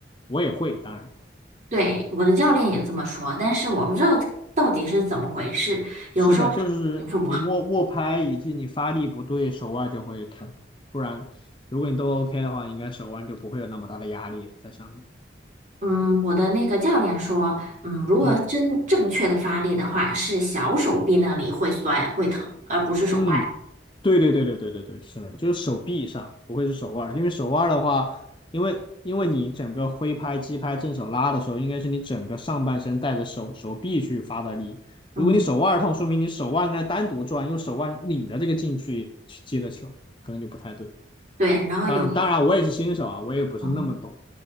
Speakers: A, on the left (about 25°); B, on the right (about 40°).
A: 我也会，当然
B: 对，我的教练也这么说，但是我不知道到底是怎么回事，有时候好，
A: 是的，就是你握握拍以及你发力不对，
B: 有时候不好。
A: 手腕就会疼。不然，如果你都 OK 的话，应该手腕就不会有那么大的压力在上面。
B: 嗯，我的那个教练说，嗯，如果真正确的发力的话，
A: 嗯
B: 是小手臂那里会酸会疼，而不是手腕。
A: 嗯。对对对对对对对，是的，就是手臂上，不会是手腕儿，因为手腕儿的话，因为因为你整个挥拍、击拍、正手拉的时候，应该是你整个上半身带着手手臂去发的力。
B: 嗯，
A: 如果你手腕儿痛，说明你手腕在单独转，用手腕拧着这个劲去去接的球，可能就不太对。
B: 对。然后有一，
A: 当然，当然我也是新手啊，我也不是那么懂，
B: 嗯，